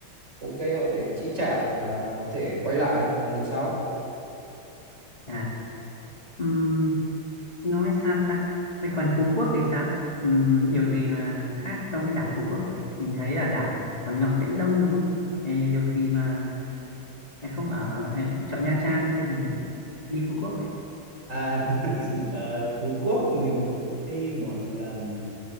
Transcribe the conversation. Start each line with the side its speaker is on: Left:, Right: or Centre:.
Right: ok họ có thể chi trả và họ có thể quay lại vào lần sau
Left: À, ừm, nói sao ta? Vậy còn Phú Quốc thì sao? Ừm, điều gì mà khác so với đảo Phú Quốc vậy? Mình thấy là đảo Hòn Ngọc Viễn Đông đúng không? Ê, điều gì mà em không ở em chọn Nha Trang thay vì đi Phú Quốc vậy
Right: À, <laughs> ờ, Phú Quốc mình cũng đi một lần